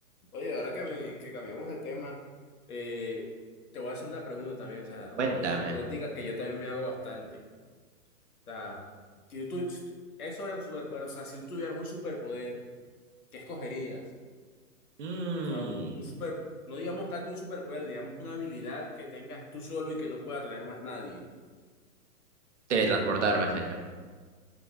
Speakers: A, on the left (about 70°); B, on the right (about 50°).
A: Oye, ahora que, me, que cambiamos de tema, eh, te voy a hacer una pregunta también, o sea,
B: Cuéntame.
A: una pregunta hipotética que yo también me hago bastante. O sea, si tú, tu- es sobre un superpoder, o sea, si tú tuvieras un superpoder, ¿qué escogerías?
B: Mm,
A: O sea, un, un super, no digamos tanto un superpoder, digamos una habilidad que tengas tú solo y que no pueda tener más nadie.
B: teletransportarme, señor.